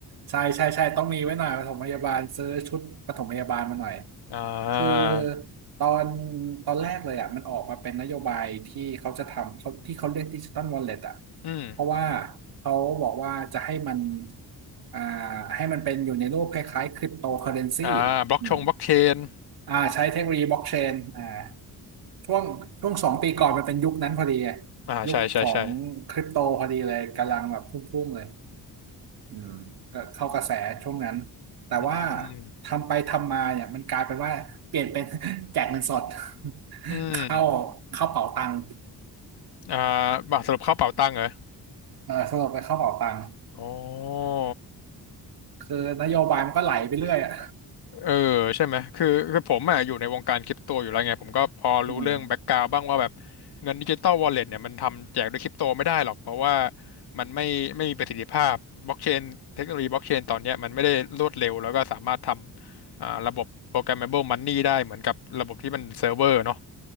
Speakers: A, on the right; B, on the left.
A: ใช่ใช่ใช่ต้องมีไว้หน่อยปฐมพยาบาลซื้อชุดปฐมพยาบาลมาหน่อย
B: อ่า
A: คือตอนตอนแรกเลยอ่ะมันออกมาเป็นนโยบายที่เขาจะทำเขาที่เขาเรียกดิจิตอลวอลเล็ตอ่ะ
B: อืม
A: เพราะว่าเขาบอกว่าจะให้มันอ่าให้มันเป็นอยู่ในรูปคล้ายๆคริปโตเคอเรนซี
B: อ่าบล็อกชงบล็อกเชน
A: อืม อ่าใช้เทคโนโลยีบล็อกเชนอ่าช่วงช่วงสองปีก่อนมันเป็นยุคนั้นพอดีอะ
B: อ่าใช่ใช่ใช่
A: ยุคของคริปโตพอดีเลยกำลังแบบพุ่งๆเลยอืมก็เข้ากระแสช่วงนั้นแต่ว่า
B: อืม
A: ทำไปทำมาเนี่ยมันกลายเป็นว่าเปลี่ยนเป็น <laughs> แจกเงินสด <laughs>
B: อืม
A: เข้าเข้าเป๋าตังค์
B: อ่าบัรสรุปเข้าเป๋าตังค์เหรอ
A: เออสรุปไปเข้าเป๋าตังค์
B: อ๋อ
A: คือนโยบายมันก็ไหลไปเรื่อยอ่ะ
B: เออใช่ไหมคือคือผมอ่ะอยู่ในวงการคริปโตอยู่แล้วไงผมก็พอรู้เรื่องแบ็กกราวบ้างว่าแบบ
A: อืม
B: เงินดิจิตอลวอลเล็ตเนี่ยมันทำแจกด้วยคริปโตไม่ได้หรอกเพราะว่ามันไม่ไม่มีประสิทธิภาพบล็อกเชนเทคโนโลยีบล็อกเชนตอนเนี้ยมันไม่ได้รวดเร็วแล้วก็สามารถทำอ่าระบบ programmable money ได้เหมือนกับระบบที่มันเซิร์ฟเวอร์เนาะ